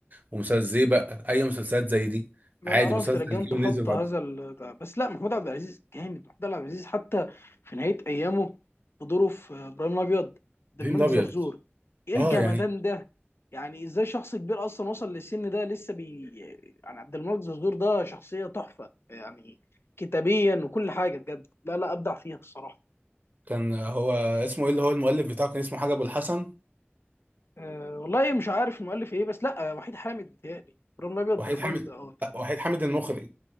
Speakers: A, on the right; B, on the left.
A: ومسلسل زيبق اي مسلسلات زي دي
B: لا
A: عادي
B: لا رأفت
A: مسلسل
B: الهجان تخطى
A: جه ونزل بعد
B: هذا ال... بس لا محمود عبد العزيز جامد محمود عبد العزيز حتى في نهاية أيامه بدوره في إبراهيم الأبيض عبد الملك
A: فيلم الابيض
B: زرزور إيه الجمدان
A: اه يعني
B: ده يعني إزاي شخص كبير أصلا وصل للسن ده لسه بي يعني عبد الملك زرزور ده شخصية تحفة يعني كتابيا وكل حاجة بجد لا لا أبدع فيها الصراحة
A: كان هو اسمه ايه اللي هو المؤلف بتاعه كان اسمه حاجه ابو الحسن
B: أه والله مش عارف المؤلف إيه بس لا وحيد حامد بيتهيألي إبراهيم الأبيض
A: وحيد
B: ده إخراج
A: حامد
B: أه
A: وحيد حامد المخرج